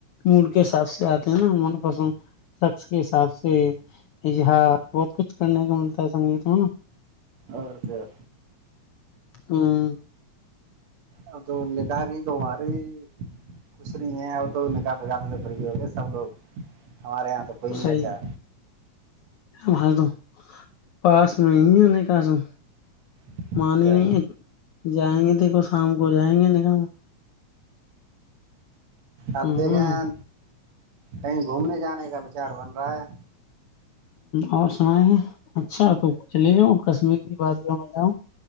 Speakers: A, on the left (about 75°); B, on the right (about 65°).
A: مڈ کے حساب سے آتے ہیں نا من پسند شخص کے حساب سےظہار بہت کچھ کرنے کو ملتا ہے سنگیت میں نا
B: اور کیا
A: ہاں
B: اب تو نکا تواری کچھ نہیں ہے تو نکاح پگ تو فری ہو گئے سب لوگ ہمارے یہاں تو کوئی نہیں
A: سی
B: بچا
A: بائی تو پاس میں نہیں کہسوں
B: اچھا
A: مانی نہیں ہے جائیں گے دیکھو شام کو جائیں گے نیکا ہم
B: آپ
A: ہ
B: دیکھیں
A: ہ
B: کہیں گھومنے جانے کا وچار بن رہا ہے
A: اور سنائے ہیں اچھا تو چلے جاؤ کشمیر کی بات میں جاؤں